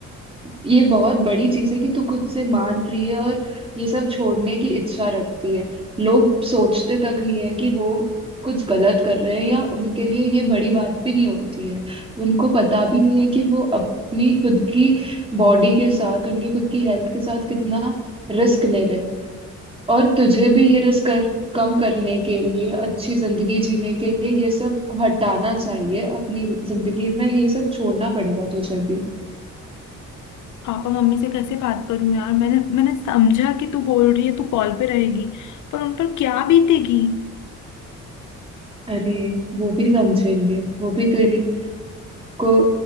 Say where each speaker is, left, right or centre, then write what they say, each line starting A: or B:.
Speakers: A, on the right (about 20°); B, on the left (about 75°).
A: ये बहुत बड़ी चीज है कि तू खुद से मान रही है और ये सब छोड़ने की इच्छा रखती है लोग सोचते तक नहीं है कि वो कुछ गलत कर रहे हैं या उनके लिए ये बड़ी बात भी नहीं होती है उनको पता भी नहीं है कि वो अपनी खुद की बॉडी के साथ उनकी खुद की हेल्थ के साथ कितना रिस्क ले रहे हैं और तुझे भी ये रिस्क कर कम करने के लिए अच्छी जिंदगी जीने के लिए ये सब हटाना चाहिए अपनी जिंदगी में ये सब छोड़ना पड़ेगा तुझे भी
B: पापा मम्मी से कैसे बात करूं यार मैंने मैंने समझा कि तू बोल रही है तू कॉल पे रहेगी पर उन पर क्या बीतेगी
A: अरे वो भी समझेंगे वो भी तेरी को